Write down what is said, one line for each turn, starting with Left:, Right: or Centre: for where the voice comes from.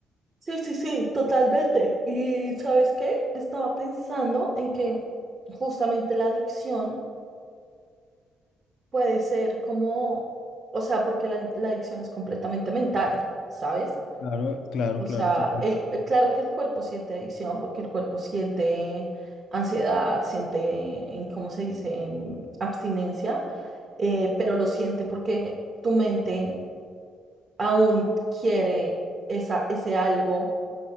Right: Sí, sí, sí, totalmente. ¿Y sabes qué? Estaba pensando en que justamente la adicción puede ser como, o sea, porque la, la adicción es completamente mental, ¿sabes?
Left: Claro, claro,
Right: O
Left: claro,
Right: sea,
Left: totalmente.
Right: el, cu- eh, claro que el cuerpo siente adicción porque el cuerpo siente ansiedad, siente, em, ¿cómo se dice?, em, abstinencia, eh, pero lo siente porque tu mente aún quiere esa, ese algo